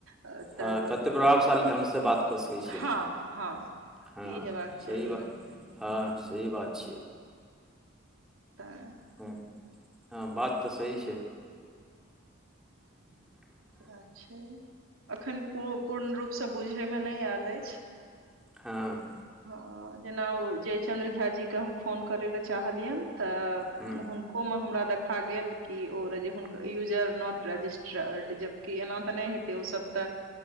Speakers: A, on the right; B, in the centre.
A: तऽ
B: हँ कते प्रभावशाली ढंगसँ बात कऽ छिए हम
A: हँ हँ
B: हँ
A: तऽ ई हेबाक चाही
B: सही बात हँ सही बात छियै
A: तेय
B: हूँ हँ बात तऽ सही छै <unintelligible>
A: सेय छै अखनू पूर्ण रूप से बुझे मे नहि आयल अछि
B: हँ
A: हँ जेना ओ जयचन्द्र झा जी के हम फोन करे लए चाहलियनि तऽ
B: हूँ
A: हुनको मे हमरा देखा गेल कि ओ जे हुनक यूजर नोट रजिस्ट्रारड जबकि एना तऽ नहि हेतै ओसभ तऽ